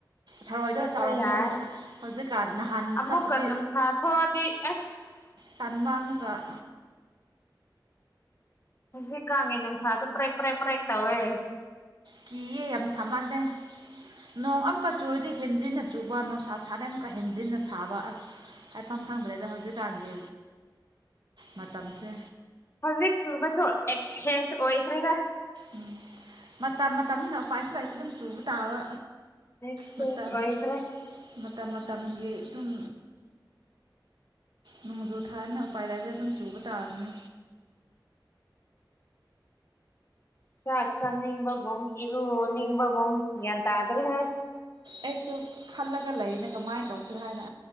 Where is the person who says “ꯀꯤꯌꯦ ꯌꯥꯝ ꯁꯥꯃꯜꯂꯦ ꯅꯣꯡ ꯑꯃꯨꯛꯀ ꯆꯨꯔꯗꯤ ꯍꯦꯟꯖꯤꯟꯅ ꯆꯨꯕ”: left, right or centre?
Right